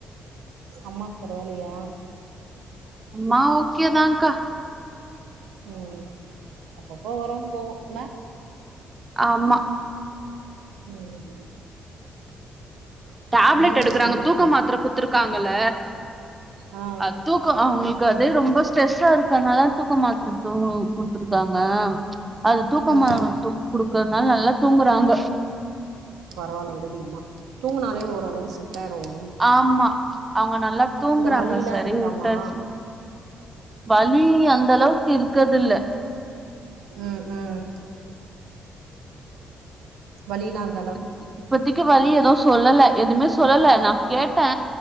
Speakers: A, on the right; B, on the right.
A: அம்மாக்கு பரவால்லயா
B: அம்மா ஓ கே தாங்கா
A: ம் அப்பப்போ வரு போவு இல்ல
B: ஆமா
A: ம்
B: டேப்லெட்
A: நைனா
B: எடுக்கறாங்க
A: ஃபோன் பண்ணாரா
B: தூக்க மாத்தர குத்துருக்காங்கள
A: ஆ
B: அ தூக்கோ அவுங்களுக்கு அதே ரொம்ப ஸ்ட்ரெஸ்ஸா இருக்கனால தூக்கோ மாத்ர தூங்கோ குடுத்துருக்காங்க அது தூக்கமா
A: ம்
B: து குடுக்கறதுனால நல்லா தூங்கறாங்கோ
A: பரவால்ல விடுடியம்மா தூங்குனாலே ஓரளவு செட் ஆயிடு ஒடம்
B: ஆமா அவுங்க நல்லா தூங்குறாங்க
A: வலிலா
B: சரின்னு
A: இருக்குதாமா
B: வுட்டாச்சி வலி அந்த அளவுக்கு இருக்கது இல்ல
A: <inaudible> ம் ம் வலிலாந்
B: இப் இப்பத்திகி வலி எதுவு சொல்லல எதுவுமே சொல்லல நா கேட்டே